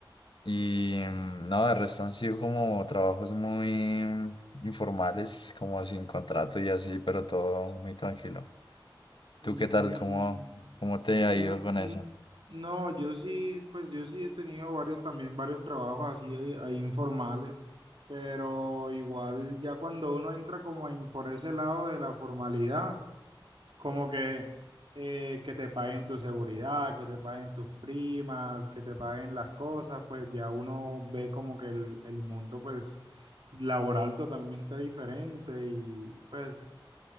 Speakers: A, on the left; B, on the right.
A: Y mm, no, de resto han sido como trabajos muy informales, como sin contrato y así, pero todo muy tranquilo.
B: Mm,
A: ¿Tú qué tal? ¿Cómo, cómo te ha
B: No,
A: ido con
B: n-
A: eso?
B: no, yo sí, pues yo sí he tenido varios también, varios trabajos así eh, ahí informales, pero igual ya cuando uno entra como en por ese lado de la formalidad, como que eh, que te paguen tu seguridad, que te paguen tus primas, que te paguen las cosas, pues ya uno ve como que el, el mundo pues laboral totalmente diferente y pues